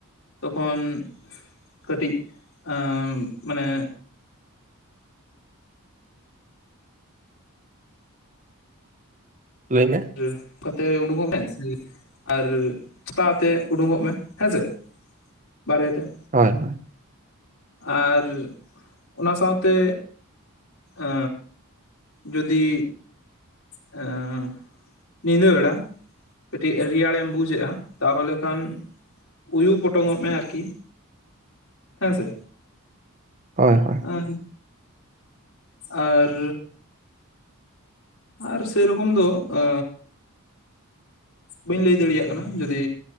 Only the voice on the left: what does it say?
ᱛᱚᱠᱷᱚᱱ ᱠᱟᱹᱴᱤᱡ ᱟᱻ ᱢᱟᱱᱮ,
<unintelligible> ᱠᱟᱛᱮ ᱩᱰᱩᱜᱚᱜ ᱢᱮ ᱥᱮ ᱟᱨ ᱪᱷᱟᱛᱟ ᱟᱛᱮ ᱩᱰᱩᱜᱚᱜ ᱢᱮ ᱦᱮᱸᱥᱮ᱾ ᱵᱟᱨᱦᱮ ᱛᱮ᱾
ᱟᱨ, ᱚᱱᱟ ᱥᱟᱶᱛᱮ ᱟᱻ ᱡᱩᱫᱤ ᱮᱻ ᱧᱤᱫᱟᱹ ᱵᱮᱲᱟ ᱠᱟᱹᱴᱤᱡ ᱨᱮᱭᱟᱲᱮᱢ ᱵᱩᱡᱮᱜᱼᱟ, ᱛᱟᱦᱚᱞᱮ ᱠᱷᱟᱱ ᱩᱭᱩ ᱯᱚᱴᱚᱢᱚᱜ ᱢᱮ ᱟᱨᱠᱤ ᱦᱮᱸ ᱥᱮ᱾
ᱦᱮ, ᱟᱨ ᱟᱨ ᱥᱮᱨᱚᱠᱚᱢ ᱫᱚ, ᱟᱻ ᱵᱟᱹᱧ ᱞᱟᱹᱭ ᱫᱟᱲᱮᱭᱟᱜ ᱠᱟᱱᱟ, ᱡᱩᱫᱤ